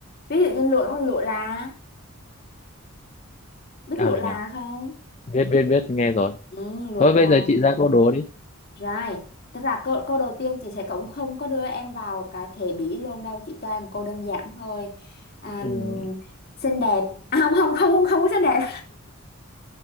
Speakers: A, on the left; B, on the left.
A: ví dụ như lụa nó là lụa là biết
B: à
A: lụa là
B: nhỉ
A: không
B: biết biết biết nghe rồi
A: ừ lụa
B: thôi bây
A: là
B: giờ chị ra câu đố đi
A: rồi tức là câu, câu đầu tiên chị sẽ cũng không có đưa em vào cái thể bỉ luôn đâu chị cho em câu đơn giản thôi à,
B: ừ.
A: xinh đẹp à, không không không không có xinh đẹp